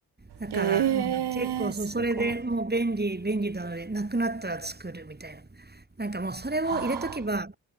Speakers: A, on the right; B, on the right.
A: だからもう結構そそれでもう便利便利なのでなくなったら作るみたいな。
B: えー、すごい。
A: なんかもうそれを入れとけば、
B: はあ、